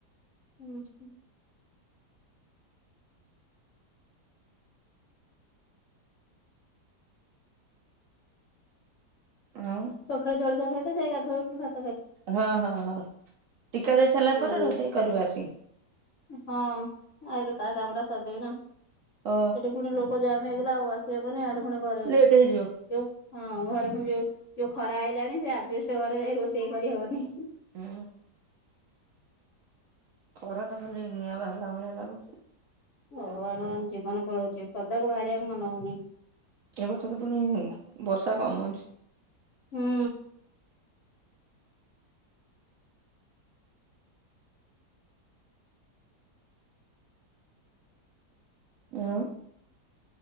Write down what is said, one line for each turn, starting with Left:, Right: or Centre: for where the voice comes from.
Left: ହୁଁ ହୁଁ।
Right: ହଁ
Left: ସକାଳେ ଜଳିଖିଆ ଖାଇଦେଇଚି ଯାଇ କି ଗାଧୁଆ ବେଳକୁ ଭା
Right: ହଁ ହଁ ହଁ ଟିକା ଦେଇ ସାରିଲା
Left: ହୁଁ
Right: ପରେ ରୋଷେଇ କରିବ ଆସିକି।
Left: ହଁ ଆଗେ ତା କାମଟା ସାରିଦେବି ନା।
Right: ଅ।
Left: ଫୁଣି ଲୋକ ଜାମ ହେଇଗଲେ ଆଉ ଆସିହବନି ଆଡେ ପୁଣି ଘରେ
Right: ଲେଟ୍ ହେଇଯିବ।
Left: ଯୋଉ ହଁ ଘର ଫୁଣି ଯୋଉ ଯୋଉ ଖରା ଆଇଲାଣି ସେ ଆଜବେଷ୍ଟ ଘରେ ଯାଇ ରୋଷେଇ କରିହବନି।
Right: ହୁଁ। ଖରା ତ ଖାଲି ନିଆଁ ବାହାରିଲା ଭଳିଆ ଲାଗୁଚି।
Left: ଭଗବାନ ଭଗବାନ ଜୀବନ ପଳୋଉଚି ପଦାକୁ ବାହାରିବାକୁ ମନ ହୋଉନି।
Right: ଏ ବର୍ଷ ତ ପୁଣି ବର୍ଷା କମ୍ ଅଛି।
Left: ହୁଁ।
Right: ଆଉ